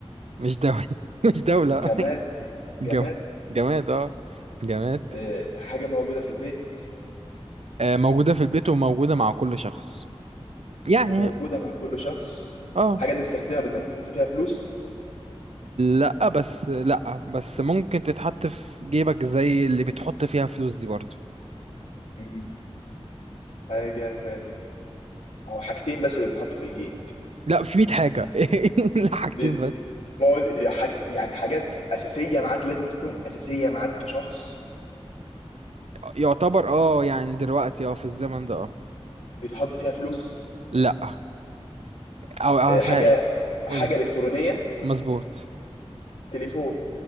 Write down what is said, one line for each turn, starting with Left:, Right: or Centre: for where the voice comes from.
Right: مش دولة <laughs> مش دولة
Left: جماد
Right: <laughs> جم...
Left: جماد
Right: جماد اه جماد
Left: آه،
Right: أوف.
Left: حاجة موجودة في البيت
Right: آه موجودة في البيت وموجودة مع كل شخص يعني
Left: وموجودة مع كل شخص
Right: اه
Left: حاجة بنستخدمها بإن إحنا نحط فيها فلوس
Right: لا بس لا بس ممكن تتحط في جيبك زي اللي بتحط فيها فلوس دي برضه
Left: مم. حاجة زي ال- هو حاجتين بس اللي بنحطوا في الجيب
Right: لا في 100 حاجة <laughs> لا حاجتين
Left: بي-
Right: بس
Left: ما هو حاج... يعني حاجات أساسية معاك لازم تكون أساسية معاك كشخص
Right: يعتبر اه يعني دلوقتي اه في الزمن ده اه
Left: بيتحط فيها فلوس
Right: لا او أو
Left: آه،
Right: هسه-
Left: حاجة حاجة
Right: قولي
Left: إلكترونية
Right: مظبوط
Left: تليفون